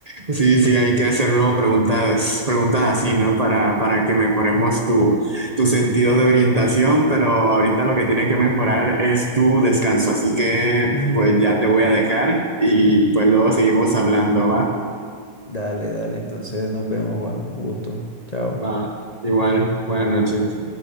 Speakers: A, on the right (about 30°); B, on the left (about 30°).
A: Sí, sí, hay que hacerlo preguntas, preguntas así, ¿no? Para, para que mejoremos tu, tu sentido de orientación, pero ahorita lo que tiene que mejorar es tu descanso, así que
B: <laughs>
A: pues ya te voy a dejar y pues luego seguimos hablando, ¿va?
B: Dale, dale. Entonces nos vemos, Juan. Un gusto. Chao.
A: Va, igual, buenas noches.